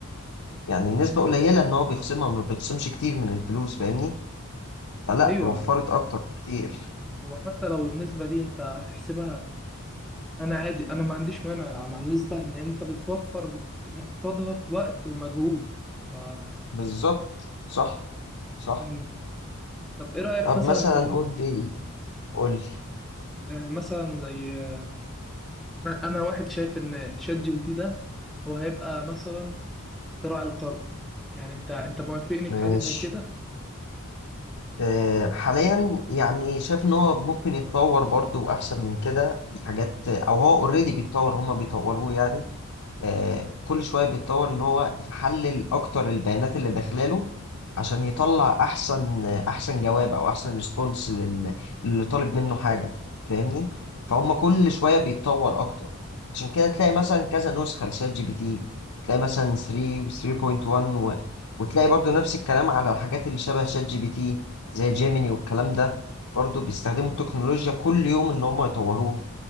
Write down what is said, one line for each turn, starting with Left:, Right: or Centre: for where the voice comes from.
Left: يعني نسبة قليلة ان هو بيخصمها ما بيخصمش كتير من الفلوس فاهمني فلا
Centre: أيوه
Left: وفرت اكتر كتير
Centre: هو حتى لو النسبة دي انت هتحسبها انا عادي انا ما عنديش مانع مع النسبة ان انت بتوفر بت- قصادها وقت ومجهود ف...
Left: بالظبط صح صح
Centre: مم. طب ايه رأيك
Left: طب
Centre: مثلا
Left: مثلا
Centre: في ال...
Left: قول لي قول لي
Centre: آه، مثلا زي آه، انا أنا واحد شايف ان شات جي بي تي ده هو هيبقى مثلا اختراع القرن يعني انت انت موافقني
Left: ماشي
Centre: في حاجة زي كده؟
Left: أه حاليا يعني شايف ان هو ممكن يتطور برضو احسن من كده حاجات او هو اوريدي بيتطور هما بيطوروه يعني أه كل شوية بيتطور ان هو يحلل اكتر البيانات اللي داخلاله عشان يطلع احسن احسن جواب او احسن ريسبونس لل... للي طالب منه حاجه فاهمني فهم كل شويه بيتطور اكتر عشان كده تلاقي مثلا كذا نسخه لشات جي بي تي تلاقي مثلا 3 و 3.1 و... وتلاقي برضو نفس الكلام على الحاجات اللي شبه شات جي بي تي زي جيميني والكلام ده برضو بيستخدموا التكنولوجيا كل يوم ان هم يطوروها